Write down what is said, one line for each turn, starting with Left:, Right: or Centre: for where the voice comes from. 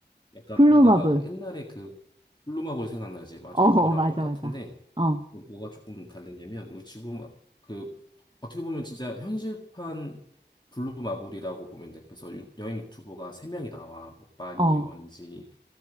Left: 약간
Right: 블루
Left: 뭔가
Right: 마블.
Left: 우리 옛날에 그 블루마블 생각나지? 맞아.
Right: 어, 어,
Left: 그거랑
Right: 맞아,
Left: 똑같은데
Right: 맞아. 어,
Left: 뭐가 조금 다르냐면 우리 지구마 그 어떻게 보면 진짜 현실판 블루마블이라고 보면 돼. 그래서 유- 여행 유튜버가 세명이 나와. 뭐 빠니,
Right: 어,
Left: 원지,